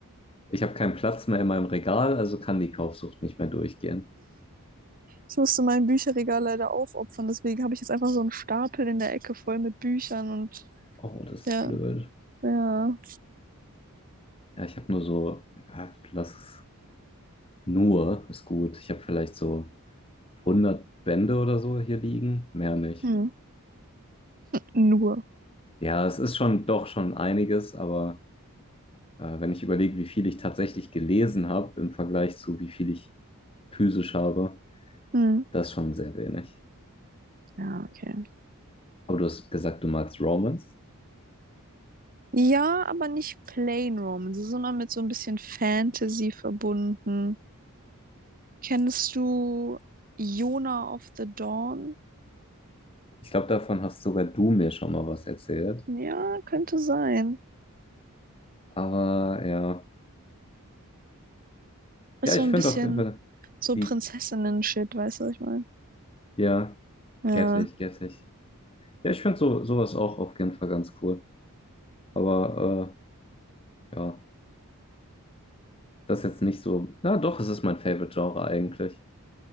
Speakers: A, on the left (about 25°); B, on the right (about 40°).
A: ich habe keinen Platz mehr in meinem Regal, also kann die Kaufsucht nicht mehr durchgehen.
B: Ich musste mein Bücherregal leider aufopfern, deswegen habe ich jetzt einfach so einen Stapel in der Ecke voll mit Büchern und
A: Oh, das ist
B: ja,
A: blöd.
B: ja,
A: Ja, ich habe nur so, ja, lass es nur, ist gut. Ich habe vielleicht so hundert Bände oder so hier liegen, mehr nicht.
B: hm. nur.
A: Ja, es ist schon doch schon einiges, aber äh, wenn ich überlege, wie viel ich tatsächlich gelesen habe im Vergleich zu wie viel ich physisch habe,
B: Hm.
A: das ist schon sehr wenig.
B: Ja, okay.
A: Aber du hast gesagt, du magst Romans.
B: Ja, aber nicht Plain Romance, sondern mit so ein bisschen Fantasy verbunden. Kennst du Yona of the Dawn?
A: Ich glaube, davon hast sogar du mir schon mal was erzählt.
B: Ja, könnte sein.
A: Aber ja.
B: Ist
A: Ja, ich
B: so
A: finde
B: ein bisschen
A: auf jeden Fall
B: so
A: die,
B: Prinzessinnen-Shit, weißt du, was ich meine?
A: ja,
B: Ja.
A: get ich, get ich. Ja, ich finde so, sowas auch auf jeden Fall ganz cool. Aber äh, ja, das ist jetzt nicht so. Na doch, es ist mein Favorite-Genre eigentlich.